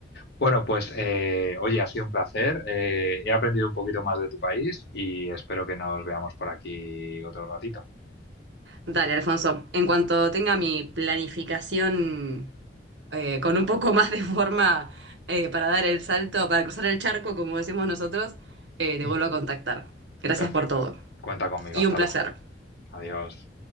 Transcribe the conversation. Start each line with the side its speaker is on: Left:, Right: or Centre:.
Left: Bueno, pues eh, oye, ha sido un placer. eh, he aprendido un poquito más de tu país y espero que nos veamos por aquí otro ratito.
Right: Dale, Alfonso. En cuanto tenga mi planificación eh, con un poco más de forma eh, para dar el salto, para cruzar el charco, como decimos nosotros, eh, te
Left: Ujú.
Right: vuelvo a contactar. Gracias
Left: Perfecto.
Right: por todo.
Left: Cuenta conmigo.
Right: Y
Left: Hasta
Right: un placer.
Left: luego. Adiós.